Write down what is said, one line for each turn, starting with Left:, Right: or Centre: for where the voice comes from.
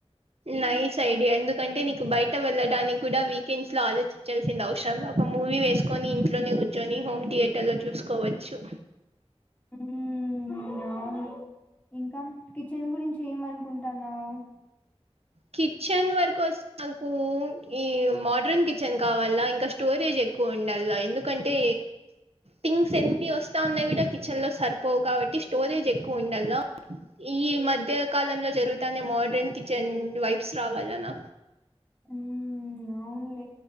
Right: నైస్ ఐడియా ఎందుకంటే నీకు బయట వెళ్ళడానికి కూడా వీకెండ్స్ లో ఆలోచించాల్సింది అవసరంలే ఒక మూవీ వేసుకొని ఇంట్లోనే కూర్చొని హోమ్ థియేటర్ లో చూసుకోవచ్చు
Left: హమ్ అవును ఇంకా కిచెన్ గురించి ఏం అనుకుంటన్నావు
Right: కిచెన్ వరకు వస్త నాకు ఈ మోడ్రన్ కిచెన్ కావాల్ల ఇంకా స్టోరేజ్ ఎక్కువ ఉండాళ్లా ఎందుకంటే థింగ్స్ ఎన్ని వస్తా ఉన్నాయి కూడా కిచెన్ లో సరిపోవు కాబట్టి స్టోరేజ్ ఎక్కువ ఉండాళ్లా ఈ మధ్య కాలంలో జరుగుతానే మోడ్రన్ కిచెన్ వైబ్స్ రావాలనా
Left: హమ్ అవునులే